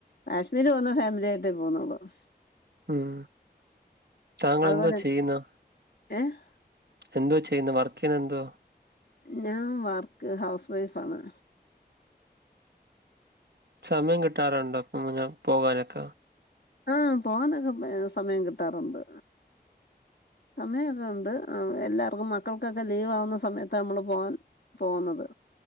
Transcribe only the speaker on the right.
ഉം താങ്കൾ
എന്തോ ചെയ്യുന്നു.
എന്തൊ ചെയ്ണ്. വർക്കിന് എന്തോ?
സമയം കിട്ടാറുണ്ടോ. ഇപ്പം നിങ്ങൾക്ക് പോകാനൊക്ക